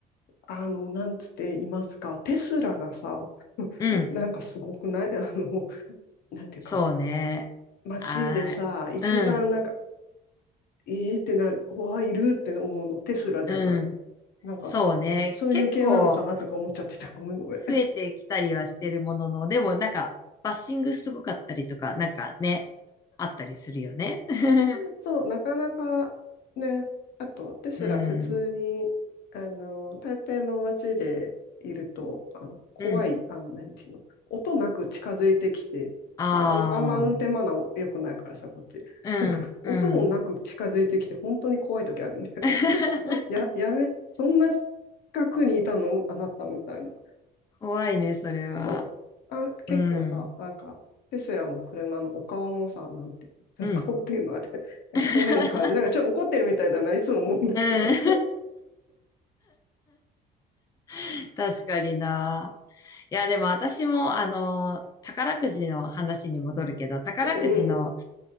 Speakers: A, on the left; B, on the left.
A: あの、なんつって言いますか、テスラがさ、<laughs>
B: うん。
A: なんかすごくない <laughs> あの、なんていうか、
B: そうね。
A: 街でさ、
B: あー、
A: 一番なんか、えーってなる、わあ、いるって思うの、テスラじゃない。
B: うん。うん。
A: なんか、
B: そうね。
A: そういう系なのかなとか思っちゃってた。
B: 結構
A: ごめんごめん。
B: 増えてきたりはしてるものの、でもなんかバッシングすごかったりとか、なんかね、あったりするよね。<laughs>
A: そう、なかなかね、あと、テスラ普通に、
B: うん。
A: あの、台北の街でいると、あの、怖い、
B: うん。
A: あの、なんていうの、音なく近づいてきて、
B: ああ。
A: で、あんま、あんま運転マナー良くないからさ、こっち。<laughs>
B: うん。
A: なんか、音もなく近づいてきて、
B: うん。
A: 本当に怖い時あるんで、
B: <laughs>
A: や、やめ、そんな近くにいたのあなたみたいな。
B: 怖いね、それは。
A: そう。あ、結構さ、
B: うん。
A: なんか、テスラの車のお顔もさ、なんて、お顔っていうのはあれ、
B: うん。
A: <laughs> なんか正面の顔じゃ、
B: <laughs>
A: なんかちょっと怒ってるみたいじゃないいつも思うんだけど。
B: うん。<laughs> 確かにな。いや、でも私も、あの、宝くじの話に戻るけど、宝くじの
A: うん、